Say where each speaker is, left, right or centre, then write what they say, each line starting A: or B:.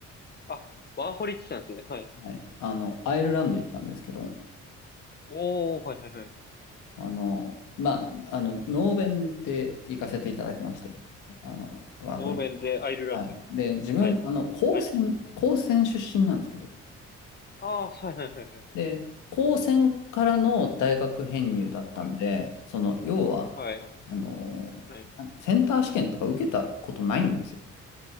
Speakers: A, on the left; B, on the left.
A: あ、ワーホリ来たんですね。はい。
B: はい。あの、アイルランド行ったんですけど、
A: おー、はいはいはい。
B: あの、まあ、あの、ノーベンで行かせていただきまして、あの、ワーホリ。
A: ノーベンでアイルランドに。
B: はい。で、自分、
A: はい。
B: あの、高専、
A: はい。
B: 高専出身なんですけど、
A: ああ、はいはいはいはい。
B: で、高専からの大学編入だったんで、
A: はい。
B: その、要は、
A: はい。
B: あの、
A: はい。
B: センター試験とか受けたことないんですよ。